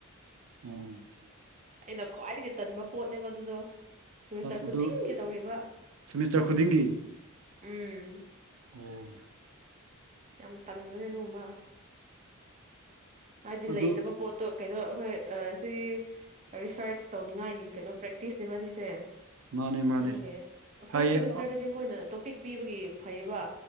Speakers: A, on the right; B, on the right.
A: ꯎꯝ
B: ꯑꯩꯅ ꯈ꯭ꯋꯥꯏꯗꯒꯤ ꯇꯟꯕ ꯄꯣꯠꯅꯦꯕ ꯑꯗꯨꯗꯣ ꯁꯦꯃꯤꯁꯇꯔ
A: ꯑꯁ
B: ꯈꯨꯗꯤꯡꯒꯤ
A: ꯑꯗꯨ
B: ꯇꯧꯔꯤꯕ
A: ꯁꯦꯃꯤꯁꯇꯔ ꯈꯨꯗꯤꯡꯒꯤ
B: ꯎꯝ
A: ꯑꯣ
B: ꯌꯥꯝ ꯇꯟꯅꯦ ꯑꯗꯨꯒꯉꯕ ꯍꯥꯏꯗꯂ
A: ꯑꯗꯨ
B: ꯏꯇꯃ ꯄꯣꯠꯇꯣ ꯀꯩꯅꯣ ꯑꯩꯈꯣꯏ ꯁꯤ ꯔꯤꯁꯔꯁ ꯇꯧꯅꯤꯡꯉꯥꯏꯒꯤ ꯀꯩꯅꯣ ꯄ꯭ꯔꯦꯛꯇꯤꯁꯅꯦꯕ ꯁꯤꯁꯦ
A: ꯃꯥꯅꯦ ꯃꯥꯅꯦ
B: ꯑꯗꯨ ꯐꯥꯔꯁ
A: ꯍꯥꯏꯌꯦ
B: ꯁꯦꯃꯤꯁꯇꯔꯗꯗꯤ ꯃꯣꯏꯅ ꯇꯣꯄꯤꯛ ꯄꯤꯕꯒꯤ ꯐꯩꯕ